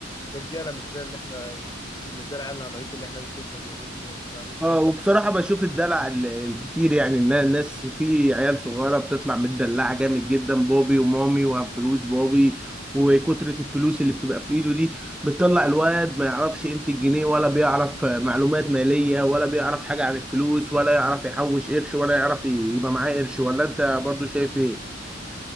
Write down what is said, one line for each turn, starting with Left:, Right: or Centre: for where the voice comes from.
Left: رجاله مش زي اللي احنا مش زي العيال الهلايط اللي احنا بنشوفهم اليومين دول فاهم انت
Centre: اه وبصراحة بشوف الدلع ال- الكتير يعني إن الناس في عيال صغيرة بتطلع متدلعة جامد جدا بابي ومامي وهب فلوس بابي وكترة الفلوس اللي بتبقى في ايده دي بتطلع الواد ما يعرفش قيمة الجنيه ولا بيعرف معلومات مالية ولا بيعرف حاجة عن الفلوس ولا يعرف يحوش قرش ولا يعرف ي- يبقى معاه قرش ولا انت برضو شايف ايه؟